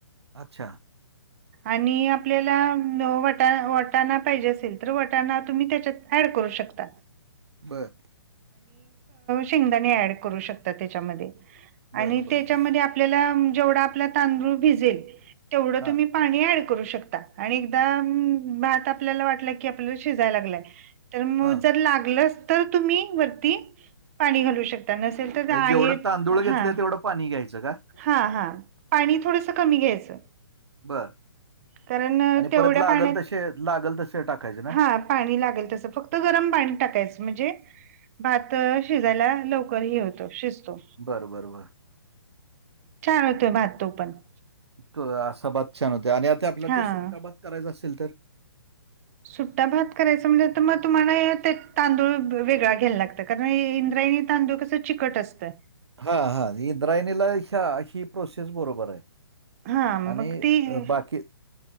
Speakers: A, on the right (about 85°); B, on the right (about 35°).
A: अच्छा
B: आणि आपल्याला वटा वटाणा पायजेे असेल तर वटाणा तुम्ही त्याच्यात ऍड करू शकता.
A: बरं
B: शेंगदाणे ऍड करू शकता त्याच्यामध्ये
A: बरं,
B: आणि
A: बरं,
B: त्याच्यामध्ये
A: बरं.
B: आप आपल्याला जेवढा आपला तांदूळ भिजेल तेवढं
A: हां,
B: तुम्ही पाणी ऍड करू शकता. आणि एकदा भात आपल्याला वाटलं की आपल्याला शिजायला लागलाय तर मग
A: हां.
B: जर लागलंच तर तुम्ही वरती पाणी घालू शकता नसेल. तर
A: म्हणजे
B: आहे
A: जेवढं तांदूळ घेतलंय
B: हा
A: तेवढं पाणी घ्यायचं का?
B: हा हा पाणी थोडंसं कमी घ्यायचं.
A: बर
B: कारण अ,
A: आणि
B: तेवढ्या
A: परत लागल
B: पाण्यात
A: तसे लागल तसे टाकायचे ना
B: हा पाणी लागेल तसं फक्त गरम पाणी टाकायचं म्हणजे भात शिजायला लवकर हे होतो शिजतो.
A: बरं बर बर.
B: छान होतोय भात तो पण.
A: त असा भात छान होतोय. आणि आता आपल्याला
B: हां.
A: ते सुट्टा भात करायचा असेल तर?
B: सुट्टा भात करायचा म्हंटलं तर मग तुम्हाला ते तांदूळ वेगळा घ्यायला लागतात. कारण इंद्रायणी तांदूळ कसं चिकट असतं.
A: हा हा. इंद्रायणीला अ ही प्रोसेस बरोबर आहे.
B: हा. मग
A: आणि
B: ती-
A: अ, बाकी